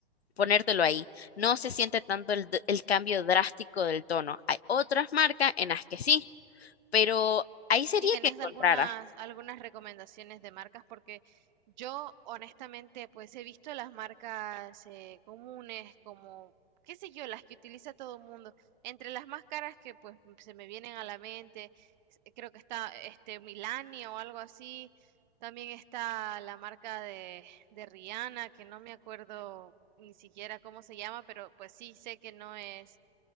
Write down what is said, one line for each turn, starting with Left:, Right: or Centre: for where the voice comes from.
Left: ponértelo ahí. No se siente tanto el, d- el cambio drástico del tono. Hay otras marcas en las que sí, pero ahí sería
Right: ¿Y tenés
Left: que encontraras.
Right: algunas, algunas recomendaciones de marcas? Porque yo honestamente pues he visto las marcas eh, comunes como, qué sé yo, las que utiliza todo el mundo. Entre las más caras que pues se me vienen a la mente, s- creo que está este Milani o algo así. También está la marca de, de Rihanna, que no me acuerdo ni siquiera cómo se llama, pero pues sí sé que no es